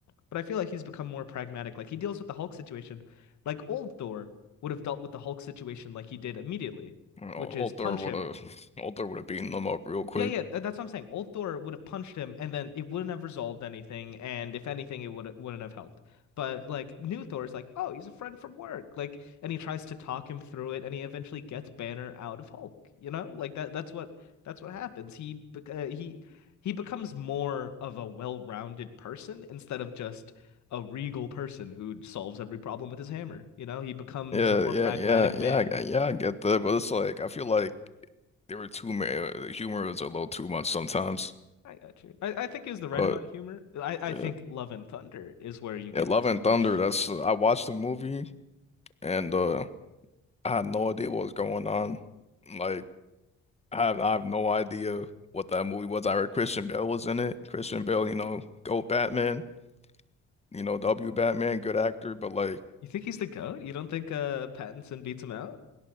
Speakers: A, on the left; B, on the left.
A: But I feel like he's become more pragmatic. Like he deals with the Hulk situation. Like old Thor would have dealt with the Hulk situation like he did immediately,
B: You know,
A: which is
B: Altar
A: punch
B: would
A: him.
B: have <laughs> Altar would have beaten them up real quick.
A: Yeah, yeah, tha- that's what I'm saying. Old Thor would have punched him, and then it wouldn't have resolved anything. And if anything, it would wouldn't have helped. But like new Thor is like, oh, he's a friend from work. Like, and he tries to talk him through it, and he eventually gets Banner out of Hulk. You know, like that. That's what that's what happens. He bec- uh, he he becomes more of a well-rounded person instead of just a regal person who solves every problem with his hammer. You know, he becomes
B: Yeah,
A: a more
B: yeah,
A: pragmatic
B: yeah,
A: man.
B: yeah, I g- yeah, I get that, but it's like I feel like they were too ma the humor was a little too much sometimes.
A: I got you. I, I think he has the right
B: But
A: amount of humor. I, I
B: yeah,
A: think Love and Thunder is where you get
B: yeah, Love
A: too
B: and
A: much.
B: Thunder, that's I watched the movie and uh I had no idea what was going on. Like I have I have no idea what that movie was. I heard Christian Bale was in it. Christian Bale, you know, GOAT Batman, you know, W Batman, good actor, but like
A: You think he's the GOAT? You don't think uh Pattinson beats him out?